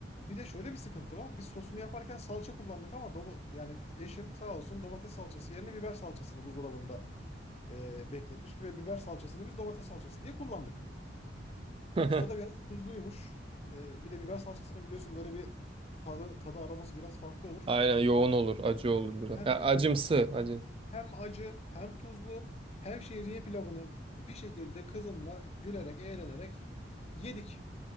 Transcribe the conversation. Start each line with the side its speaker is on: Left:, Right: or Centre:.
Left: Bir de şöyle bir sıkıntı var. Biz sosunu yaparken salça kullandık ama doma- yani eşim sağ olsun domates salçası yerine biber salçasını buzdolabında e, bekletmiş ve biber salçasını biz domates salçası diye kullandık.
Right: <laughs>
Left: O da biraz tuzluymuş. E, bir de biber salçasını biliyorsun böyle bir tadı, tadı aroması biraz farklı olur.
Right: Aynen yoğun olur, acı olur biraz.
Left: Hem
Right: Ya acımsı, acı.
Left: Hem acı, hem tuzlu, hem şehriye pilavını bir şekilde kızımla gülerek, eğlenerek yedik.